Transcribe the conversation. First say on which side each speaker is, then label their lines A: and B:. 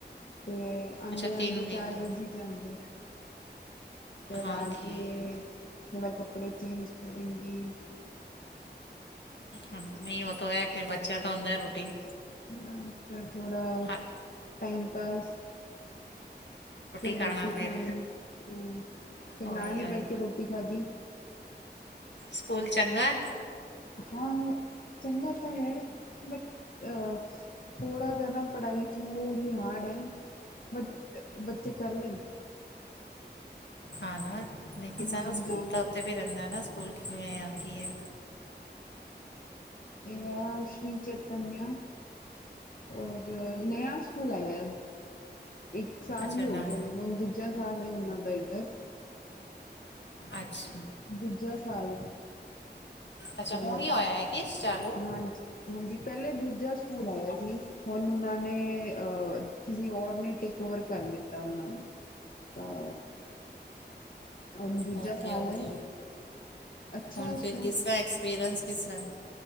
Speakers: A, on the left; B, on the left.
A: ਤੇ ਆਉਂਦੇ
B: ਅੱਛਾ
A: ਆਉਂਦੇ
B: ਤਿੰਨ ਵੀਹ
A: ਚਾਰ
B: ਤੇ
A: ਵਜ ਈ ਜਾਂਦੇ। ਫਿਰ
B: ਹਾਂ
A: ਆ
B: ਠੀਕ
A: ਕੇ ਹੁਣ ਕੱਪੜੇ ਚੇਂਜ ਕਰੇਂਗੀ।
B: ਹਾਂ ਨਹੀਂ ਉਹ ਤੋਂ ਹੈ ਫਿਰ ਬੱਚਿਆਂ ਦਾ ਹੁੰਦਾ ਹੈ ਰੂਟੀਨ
A: ਫਿਰ ਥੋੜਾ
B: ਹਾਂ
A: ਟਾਈਮ ਪਾਸ ਫਿਰ
B: ਖਾਣਾ
A: ਰੋਟੀ ਖਾਣੀ
B: ਫਿਰ
A: ਹੂੰ, ਫਿਰ
B: ਓਏ
A: ਨਾਲ ਹੀ
B: ਓਏ
A: ਬੈਠ ਕੇ ਰੋਟੀ ਖਾਧੀ।
B: ਸਕੂਲ ਚੰਗਾ ਐ?
A: ਹਾਂ ਚੰਗਾ ਤਾਂ ਹੈ ਬਟ ਅ, ਥੋੜ੍ਹਾ ਜਿਹਾ ਨਾ ਪੜ੍ਹਾਈ ਤੋਂ ਹੋ ਹੀ ਹਾਰਡ ਹੈ। ਬਟ ਬੱਚੇ ਕਰ ਲੈਣਗੇ।
B: ਹਨਾਂ। ਨਹੀਂ ਕਿ ਸਾਨੂੰ
A: ਹਾਂਜੀ
B: ਸਕੂਲ ਤਾਂ ਉੱਤੇੇ ਰਹਿੰ ਬੰਦਾ ਨਾ ਸਕੂਲ ਕਿਵੇਂ ਆ ਕੀ ਐ?
A: ਇਹ ਸ਼ ਚਤਨੀਆਂ ਔਰ ਨਿਆ ਸਕੂਲ ਆਇਆ। ਇੱਕ ਸਾਲ
B: ਅੱਛਾ
A: ਹੀ ਹੋ
B: ਨਾ
A: ਗਏ। ਹੁਣ ਦੂਜਾ ਸਾਲ ਉਹਨਾਂ ਦਾ ਇੱਧਰ
B: ਅੱਛਾ
A: ਦੂਜਾ ਸਾਲ ਐ।
B: ਅੱਛਾ
A: ਹਾਂ
B: ਹੁਣ ਹੀ ਹੋਇਆ ਹੈ ਕਿ ਚਾਲੂ
A: ਹਾਂ ਹਾਂਜੀ ਹਾਂਜੀ ਪਹਿਲੇ ਦੂਜੇ ਸਕੂਲ ਆਇਆ ਸੀ। ਹੁਣ ਉਹਨਾਂ ਨੇ ਅਹ ਕਿਸੀ ਔਰ ਨੇ ਟੇਕ ਓਵਰ ਕਰ ਲਿਤਾ ਉਹਨਾਂ ਨੂੰ ਤਾਂ ਹੁਣ ਦੂਜਾ
B: ਓਕੇ
A: ਸਾਲ
B: ਓਕੇ
A: ਹੈ ਅੱਛਾ
B: ਹੁਣ
A: ਹੈ
B: ਫਿਰ
A: ਸਕੂਲ
B: ਕਿਸ ਤਰਾਂ ਐਕਸਪੀਰੀਐਂਸ ਦਾ।